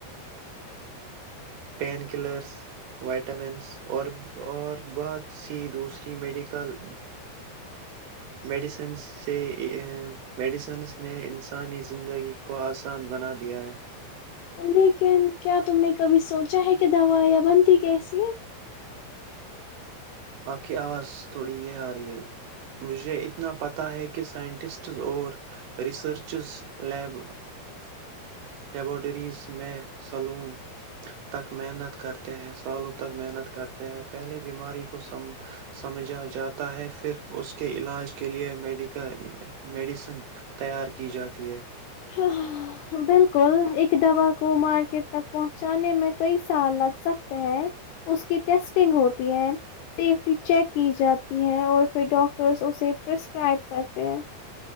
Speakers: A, on the right (about 65°); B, on the left (about 80°).
A: پین کلرس وائٹامنس اور اور بہت سی دوسری میڈیکل میڈیسنس سے میڈیسنس نے انسانی زندگی کو آسان بنا دیا ہے
B: لیکن کیا تم نے کبھی سوچ چاہے کے دوا یا بنتی کی ایسی ہے
A: آپ کی آواز تھوڑی یہ آ رہی ہے مجھے اتنا پتہ ہے کہ سائنٹسٹز اور ریسرچز لیب لیبورٹریز میں سلون تک محنت کرتے ہیں سالوں تک محنت کرتے ہے پہلے بیماری کوم سمجھا جاتا ہے پھر اس کے علاج کے لیے میڈیکل میڈیسن تیار کی جاتی ہے
B: ہ بالکل ایک دوا کو مارکیٹ تک پہنچانے میں کئی سال لگ سکتے ہیں اس کی ٹیسٹنگ ہوتی ہے سیفٹی چیک کی جاتی ہے اور پھر ڈاکٹرس اسے پرسکرائب کرتے ہیں